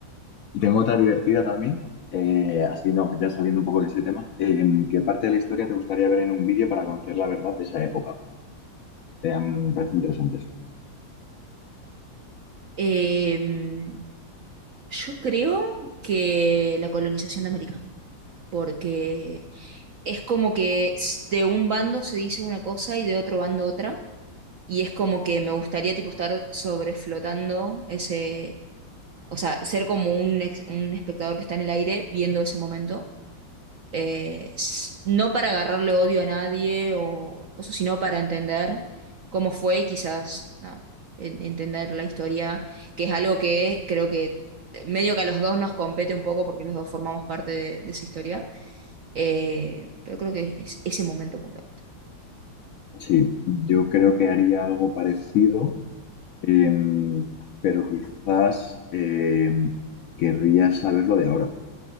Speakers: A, on the left; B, on the right.
A: Y tengo otra divertida también, eh, así no, ya saliendo un poco de ese tema. Eh, ¿qué parte de la historia te gustaría ver en un vídeo para conocer la verdad de esa época? Eh, a mí me parecen interesantes.
B: Eh, yo creo que la colonización de América, porque es como que s- de un bando se dice una cosa y de otro bando otra. Y es como que me gustaría tipo estar sobreflotando ese o sea, ser como un, ex- un espectador que está en el aire viendo ese momento, eh, s- no para agarrarle odio a nadie o cosas, sino para entender cómo fue y quizás nada, en- entender la historia, que es algo que creo que medio que a los dos nos compete un poco porque los dos formamos parte de, de esa historia, eh, pero creo que es ese momento puntual.
A: Sí, yo creo que haría algo parecido, eh, pero quizás eh, querría saber lo de ahora.